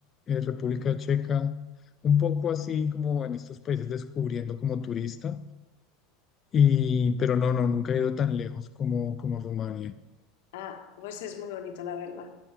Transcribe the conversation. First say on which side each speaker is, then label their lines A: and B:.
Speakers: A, on the left; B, on the left.
A: eh, República Checa, un poco así como en estos países descubriendo como turista, y, pero no, no, nunca he ido tan lejos como, como Rumania.
B: Ah, pues es muy bonito, la verdad.